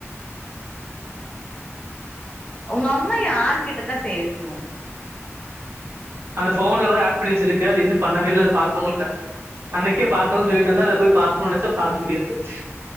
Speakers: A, on the left; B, on the right.
A: உங்க அம்மா யாரு கிட்டதா பேசூ
B: அந்த போன்ல வேர் ஆட் பண்ணி வெச்சிருக்கு அது இன்னு பண்ணவே இல்ல அது பாக்கவு இல்ல அன்னைக்கே பாக்கணு சொல்லிட்ருந்த அத போய் பாக்கணு நெனச்ச பாக்க முடியாத போச்